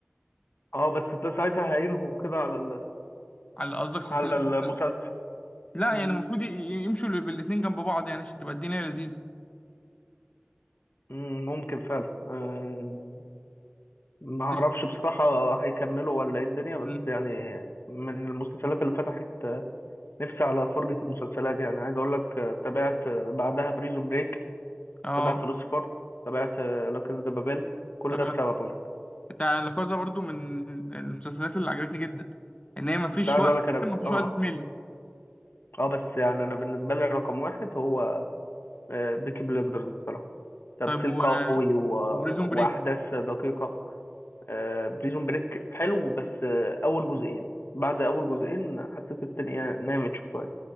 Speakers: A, on the left; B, on the left.
A: اه بس ده ساعتها هينهوا كده على ال...
B: على قصدك سلسله
A: على المسلسل
B: مسلسل. لا
A: امم
B: يعني المفروض ي- ي- يمشوا بال- بالاتنين جنب بعض يعني عشان تبقى الدنيا لذيذه
A: امم ممكن فعلا آه، ما اعرفش
B: ماشي.
A: بصراحة هيكملوا ولا ايه الدنيا بس
B: م.
A: يعني من المسلسلات اللي فتحت نفسي على فرجة المسلسلات يعني عايز اقول لك تابعت بعدها بريزون بريك
B: اه
A: تابعت لوسيفر تابعت لا كازا دي بابيل كل
B: ماشي
A: ده بسببه يعني
B: بتاع الحوار ده برضو من المسلسلات اللي عجبتني جدا ان هي مفيش
A: بس عايز
B: وقت
A: اقول لك انا اه
B: مفيش
A: اه
B: وقت تمل
A: آه، بس يعني انا بالنسبة لي رقم واحد هو آه، بيكي بلندرز بصراحة تمثيل
B: طيب و-
A: قوي و...
B: وبريزون
A: واحداث
B: بريك
A: دقيقة آه، بريزون بريك حلو بس آه، اول جزئين بعد اول جزئين حسيت الدنيا نامت شوية